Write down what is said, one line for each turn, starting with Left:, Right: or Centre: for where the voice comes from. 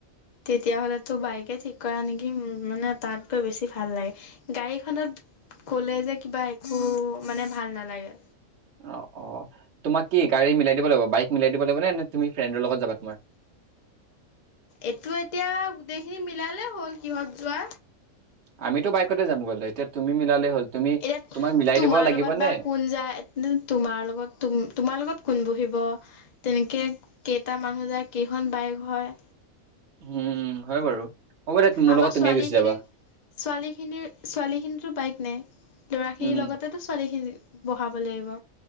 Left: তেতিয়াাহলেতো বাইকে ঠিক কৰা নেকি মানে তাতগৈ বেছি ভাল লাগে গাড়ীখনত কলে যে কিবা একো মানে ভাল নালাগে
Right: অ অ তোমাক কি গাড়ী মিলাই দিব লাগিব বাইক মিলাই দিব লাগিব নে নে তুমি ফ্ৰেণ্ডৰ লগত যাবা তোমাৰ
Left: এইটো এতিয়া গোটেইখিনি মিত ওলালে হ'ল কিহত যোৱা
Right: আমিতো বাইকতে যাম গ'লো এতিয়া তুমি মিলালে হ'ল তুমি
Left: এতিয়া
Right: তোমাক মিলাই
Left: তোমাৰ
Right: দিব লাগিব
Left: লগত বা
Right: নে
Left: কোন যায় তোমাৰ লগত তোমাৰ লগত কোন বহিব তেনেকে কেইটা মানুহ যায়? কেইখন বাইক হয়?
Right: উম, হয় বাৰু। হ'ব দে মোৰ
Left: আমাৰ
Right: লগত
Left: ছোৱালী
Right: তুমিয়ে গুচি
Left: খিনিৰ,
Right: যাবা
Left: ছোৱালী খিনিৰ, ছোৱালী খিনিতো বাইক নে। ল'ৰাখিনিৰ
Right: উম
Left: লগতেতো ছোৱালী খিনি বঢ়াব লাগিব।